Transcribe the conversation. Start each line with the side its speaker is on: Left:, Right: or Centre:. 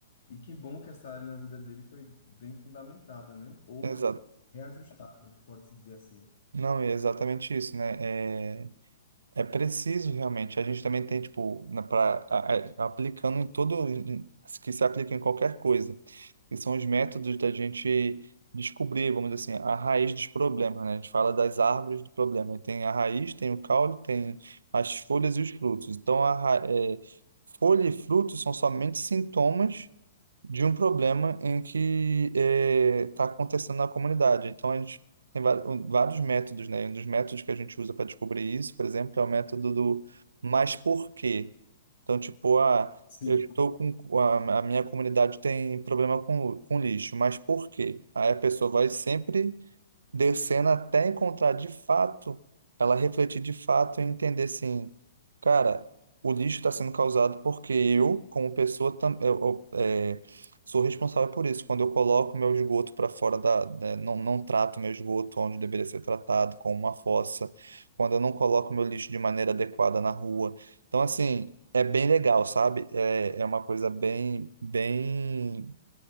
Left: E que bom que essa área na vida dele foi bem fundamentada, né? Ou
Right: exato.
Left: reajustada, pode-se dizer assim.
Right: Não, é exatamente isso, né? É, É preciso realmente. A gente também tem, tipo, na, pra, a- a- aplicando em todo, em- que se aplica em qualquer coisa. que são os métodos da gente descobrir, vamos dizer assim, a raiz dos problemas, né? A gente fala das árvores do problema. E Tem a raiz, tem o caule, tem as folhas e os frutos. Então, a, ra- é, folha e frutos são somente sintomas de um problema em que está acontecendo na comunidade. Então, a gente tem va- um, vários métodos, né? Um dos métodos que a gente usa para descobrir isso, por exemplo, é o método do mas por quê? Então, tipo, ah,
Left: Sim.
Right: eu estou com a, a minha comunidade tem problema com, com lixo, mas por quê? Aí a pessoa vai sempre descendo até encontrar de fato, ela refletir de fato e entender assim, cara, o lixo está sendo causado porque eu, como pessoa, tam, eu, eu, é, sou responsável por isso. Quando eu coloco meu esgoto para fora da, né, não, não trato meu esgoto onde deveria ser tratado, como uma fossa, quando eu não coloco meu lixo de maneira adequada na rua. Então, assim, é bem legal, sabe? É, é uma coisa bem, bem